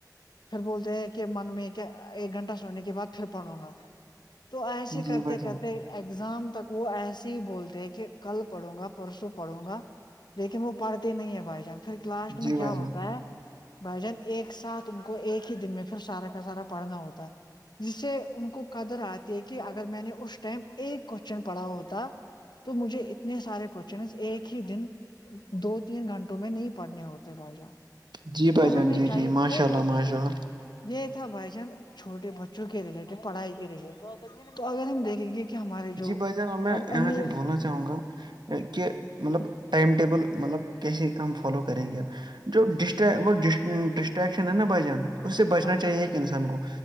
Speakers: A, on the left; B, on the right.
A: پھر بولتے ہیں کہ من میں کیا ایک گھنٹہ سونے کے بعد پھر پڑوں گا تو ایسے کرتے
B: جی بھائی جان
A: کرتے ایگزام تک وہ ایسے ہی بولتے ہیں کہ کل پڑھوں گا پرسوں پڑھوں گا لیکن وہ پڑھتے نہیں ہے بھائی جان پھر لاسٹ
B: جی
A: میں
B: بھائی
A: کیا ہوتا
B: جان
A: ہے بھائی جان ایک ساتھ ان کو ایک ہی دن میں پھر سارا کا سارا پڑھنا ہوتا ہے جس سے ان کو قدر آتی ہے کہ اگر میں نے اس ٹائم ایک کوشچن پڑھا ہوتا تو مجھے اتنے سارے کوشچن ایک ہی دن دو تین گھنٹوں میں نہیں پڑھنے ہوتے بھائی جان
B: جی
A: تو
B: بھائی جان
A: ہمیں
B: جی
A: چاہیے
B: جی ماشاء
A: یہ
B: اللہ
A: ہو
B: ماشاء اللہ
A: یہ تھا بھائی جان چھوٹے بچوں کے ریلیٹڈ پڑھائی کے ریلیٹڈ تو اگر ہم دیکھیں گے کہ ہمارے جو
B: جی بھائی جانب اب میں یہاں
A: امیر
B: سے بولنا چاہوں گا کہ مطلب ٹائم ٹیبل مطلب کیسے ہم فالو کریں گے اب جو وہ ڈسٹیکشن ہے نا بھائی جاں اس سے بچنا
A: ماشاء
B: چاہیے
A: اللہ
B: ایک انسان کو